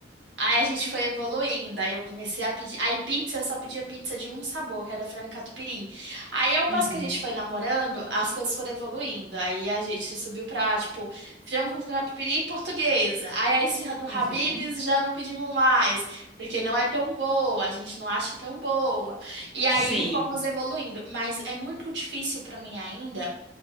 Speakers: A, on the right (about 85°); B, in the centre.
A: Aí a gente foi evoluindo, aí eu comecei a pedir. Aí pizza, eu só pedia pizza de um sabor, que era frango catupiry. Aí ao passo
B: Uhum,
A: que a gente foi namorando, as coisas foram evoluindo. Aí a gente subiu pra, tipo, frango com catupiry e portuguesa. Aí a esfirra do Habib's
B: uhum.
A: já não pedimos mais, porque não é tão boa, a gente não acha tão boa. E aí
B: Sim,
A: fomos evoluindo, mas é muito difícil pra mim ainda